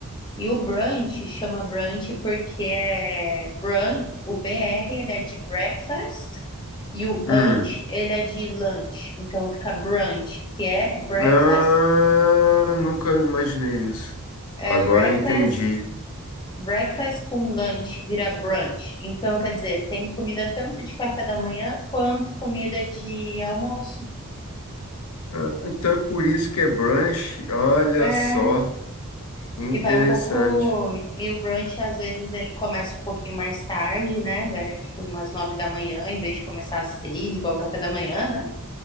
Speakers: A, on the left (about 20°); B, on the left (about 80°).
A: E o brunch chama brunch porque é brun, o B R ele é de breakfast e o
B: Hum.
A: ant ele é de lunch. Então fica brunch, que é breakfast,
B: Ah, nunca imaginei isso.
A: é
B: Agora
A: breakfast,
B: eu entendi.
A: breakfast com lunch vira brunch. Então quer dizer, tem comida tanto de café da manhã quanto comida de almoço.
B: Ah, então é por isso que é brunch. Olha
A: É,
B: só, interessante.
A: E vai um pouco. E o brunch, às vezes, ele começa um pouquinho mais tarde, né? Vai, tipo, umas nove da manhã, em vez de começar às seis, igual o café da manhã, né?